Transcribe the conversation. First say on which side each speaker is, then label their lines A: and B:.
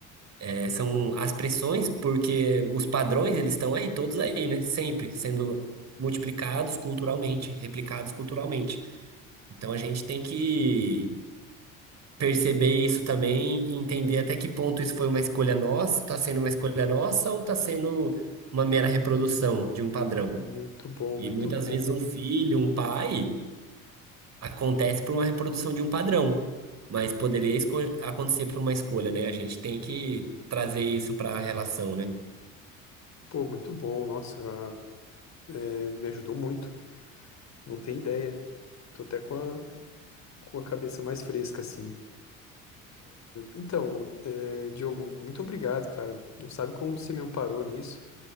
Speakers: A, on the right (about 40°); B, on the left (about 40°).
A: É, são as pressões, porque os padrões eles estão aí, todos aí, né? Sempre sendo multiplicados culturalmente, replicados culturalmente. Então a gente tem que perceber isso também e entender até que ponto isso foi uma escolha nossa, está sendo uma escolha nossa ou está sendo uma mera reprodução de um padrão.
B: Muito bom,
A: E
B: muito
A: muitas
B: bom.
A: vezes um filho, um pai, acontece por uma reprodução de um padrão, mas poderia esco- acontecer por uma escolha, né? A gente tem que trazer isso para a relação, né?
B: Pô, muito bom. Nossa, é, me ajudou muito. Não tem ideia. Tô até com a, com a cabeça mais fresca, assim. Então, é, Diogo, muito obrigado, cara. Não sabe como você me amparou nisso.